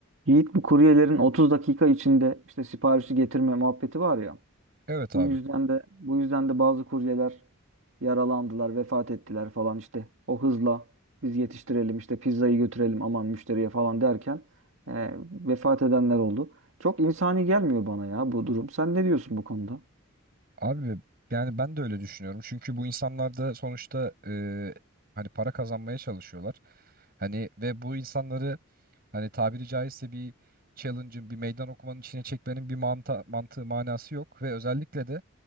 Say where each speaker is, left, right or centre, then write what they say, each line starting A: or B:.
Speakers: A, on the right; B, on the right.
A: Yiğit bu kuryelerin 30 dakika içinde işte siparişi getirme muhabbeti var ya.
B: Evet
A: Bu
B: abi.
A: yüzden de bu yüzden de bazı kuryeler yaralandılar, vefat ettiler falan işte. O hızla biz yetiştirelim işte pizzayı götürelim aman müşteriye falan derken e, vefat edenler oldu. Çok insani gelmiyor bana ya bu durum. Sen ne diyorsun bu konuda?
B: Abi yani ben de öyle düşünüyorum. Çünkü bu insanlar da sonuçta e, hani para kazanmaya çalışıyorlar. Hani ve bu insanları hani tabiri caizse bir challenge'ın, bir meydan okumanın içine çekmenin bir mantı, mantığı, manası yok. Ve özellikle de